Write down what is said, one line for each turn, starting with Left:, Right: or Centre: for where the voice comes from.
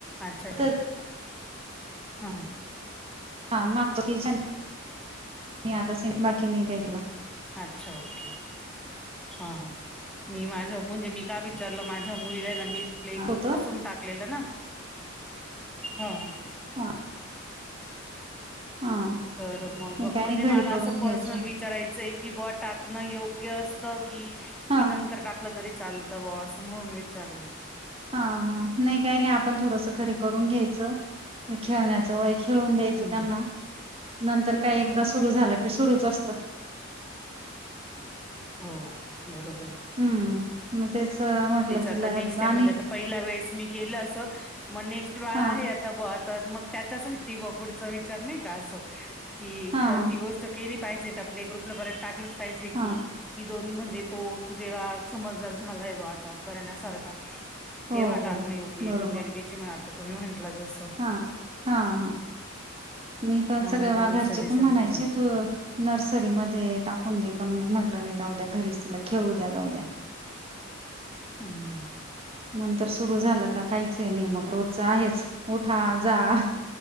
Centre: अच्छा ते
Right: तर
Centre: हा.
Right: हा मागतो की <inaudible> मी आता बाकी नाही काय केलं.
Centre: अच्छा ओके. हा मी माझ मी का विचारलं, माझ्या मुलीला आहे ना मी प्ले ग्रुप
Right: होत
Centre: पासून टाकलेलं ना हा.
Right: हा हा
Centre: तर मग
Right: नाही काय
Centre: म्हणजे
Right: नाही घरी
Centre: मला
Right: करून
Centre: असं
Right: घ्यायचं
Centre: पर्सनल विचारायचंय की ब टाकण योग्य असत की,
Right: हा
Centre: की नंतर टा तरी चालतं बा म्हणून विचारलं.
Right: हा हा नाय काय नाय आपण थोडस घरी करून घ्यायचं खेळण्याचं वय खेळून द्यायचं
Centre: हम्म
Right: त्यांना, नंतर काय एकदा सुरू झालं की सुरुच असत.
Centre: हो बरोबर ए.
Right: हम्म. म तेच
Centre: तेच आता
Right: तिला
Centre: नेक्स्ट टाइम
Right: आणि
Centre: म्हणजे आता पहिला वेळेस मी केलं असं, मग नेक्स्ट बाळ
Right: हा
Centre: आहे बा आता म त्याच्यासाठी बा पुढचा विचार नाय का आसं की
Right: हा हा
Centre: ती गो केली पाहिजेत आपली ग्रुपला बरत टाकलंच पाहिजे
Right: हा
Centre: की. कि दोन म्हणजे तो जेव्हा समजदार झालाय बा आता करण्यासारखा ततेव्हा
Right: हो
Centre: टाकनं
Right: हो.
Centre: योग्य
Right: बरोबर
Centre: ए जुनियर के जी म्हणाता तुम्ही म्हंटलं जस.
Right: हा हा हा, मी पण
Centre: म्हणून
Right: सगळे
Centre: तुम्हाला
Right: वा घरचे
Centre: सजेशन
Right: पण म्हणायचे
Centre: विचारलं
Right: तू नर्सरीमध्ये टाकून दे, पण मग म्हटलं नाय राहूद्या घरी तिला खेळूद्या जाऊद्या.
Centre: हम्म.
Right: नंतर सुरू झालं का काहीच आहे नाय मग रोजच आहेच. उठा जा,